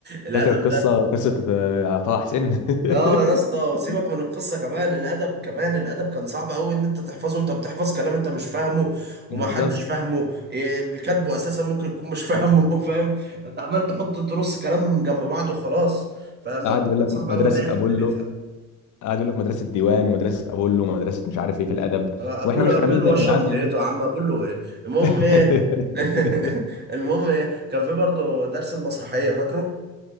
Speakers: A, on the right; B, on the left.
A: الادب
B: فاكر القصه قصه آه، طه حسين <laughs>
A: اه يا اسطى وسيبك من القصه كمان الادب كمان الادب كان صعب قوي ان انت تحفظه انت بتحفظ كلام انت مش فاهمه وما
B: بالظبط
A: حدش فاهمه إيه، اللي كاتبه اساسا ممكن يكون مش فاهمه <laughs> فاهم انت عمال تحط ترص كلام جنب بعض وخلاص فالموضوع
B: قعد يقول
A: كان
B: لك
A: صعب
B: مدرسه
A: قوي لاي حد
B: ابولو
A: بيفهم
B: قعد يقول لك مدرسه ديوان ومدرسه ابولو ومدرسه مش عارف ايه في الادب
A: آه، اقول
B: واحنا مش
A: اقول
B: فاهمين
A: له
B: يا
A: اشرب
B: جدعان
A: ميته
B: يعني
A: يا عم اقول له ايه المهم
B: <laughs>
A: ايه <laughs> المهم ايه كان في برضه درس المسرحيه فاكره